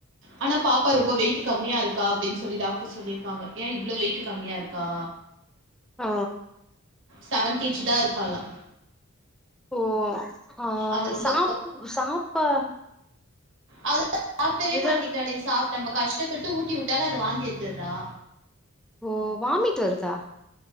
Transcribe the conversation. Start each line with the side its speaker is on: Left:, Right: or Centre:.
Right: ஆனா பாப்பா ரொம்ப வெயிட்டு கம்மியா இருக்கா அப்டின் சொல்லி டாக் ட்டு சொல்லிருக்காங்க ஏ இவ்ளோ வெயிட்டு கம்மியாருக்கா
Centre: ஆ
Right: செவன் கேஜிதா இருக்காலா
Centre: ஓ ஆ
Right: அது ரொம்ப
Centre: சாப்பு சாப்பா
Right: அதலா சாப்டவே
Centre: இத
Right: மாட்டிக்றாலே சாப்டம் கஷ்டப்பட்டு ஊட்டிவிட் ட்டால அத வாந்தி எட்த்துர்றா
Centre: ஓ வாமிட் வருதா